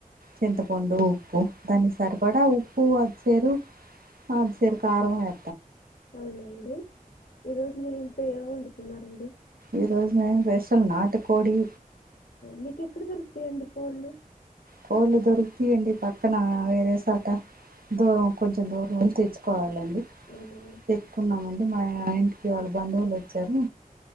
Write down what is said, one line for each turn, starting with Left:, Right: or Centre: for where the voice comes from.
Right: చింతపండు ఉప్పు దాన్ని సరిపడా ఉప్పు అద్దసేరు ఆ అద్దసేరు కారం ఏ
Left: అవునండి ఈరోజు మీ ఇంట్లో ఏం వండుకున్నారండి
Right: ఈ రోజు నేను వేసలు నాటు కోడి
Left: మీకెక్కడ దొరుకుతాయండి కోళ్ళు
Right: కోళ్ళ దొరుకుతాయండి పక్కన వేరేసాట దూరం కొంచెం దూరం వెళ్ళి తెర్చ్చుకోవాలండి
Left: అవునా
Right: తేక్కున్నామండి మా ఇంటికి వాళ్ళు బంధువులు వచ్చారు